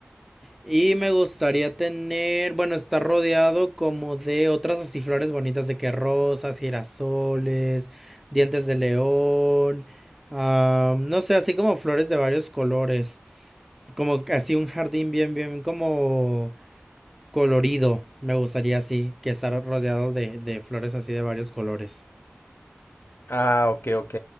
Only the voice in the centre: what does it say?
Y me gustaría tener, bueno, estar rodeado como de otras así flores bonitas de que rosas, girasoles, dientes de león, ah, no sé, así como flores de varios colores, como así un jardín bien, bien como colorido, me gustaría así, que estar rodeado de, de flores así de varios colores.